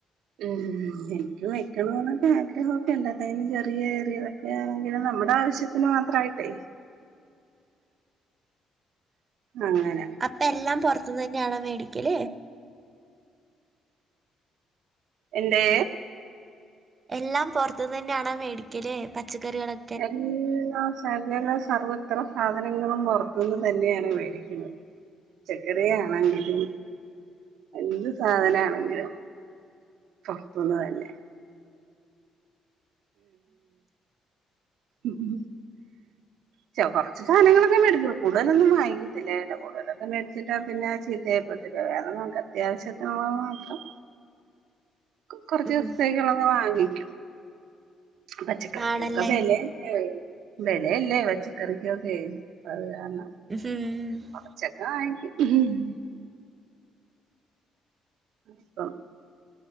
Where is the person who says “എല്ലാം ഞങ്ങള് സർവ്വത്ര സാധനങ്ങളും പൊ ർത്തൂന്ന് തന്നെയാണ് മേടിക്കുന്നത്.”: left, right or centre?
Right